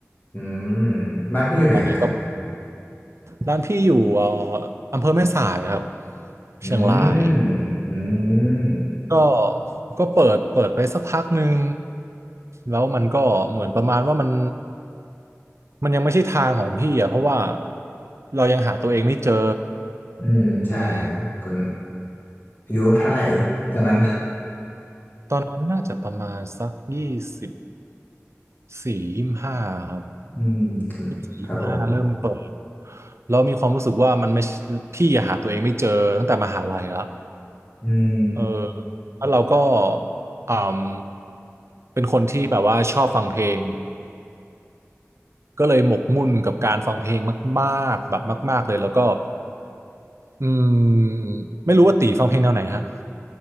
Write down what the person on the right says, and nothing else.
ตอนนี้ก็ร้านพี่อยู่เอ่ออำเภอแม่สายครับ
เชียงราย
ก็ก็เปิดเปิดไปสักพักหนึ่งแล้วมันก็เหมือนประมาณว่ามันมันยังไม่ใช่ทางของพี่อ่ะเพราะว่าเรายังหาตัวเองไม่เจอ
อืม
ตอนนั้นน่าจะประมาณสักยี่สิบสี่ยี่สิบห้าครับ
ยี่สบสี่ยี่สิบห้าเริ่มเปิด
แล้วมีความรู้สึกว่ามันไม่ใช่พี่อะหาตัวเองไม่เจอตั้งแต่มหาลัยละ
เออแล้วเราก็อืมเป็นคนที่แบบว่าชอบฟังเพลง ก็เลยหมกมุ่นกับการฟังเพลงมากๆแบบมากๆเลยแล้วก็อืมไม่รู้ว่าตีฟังเพลงแนวไหนฮะ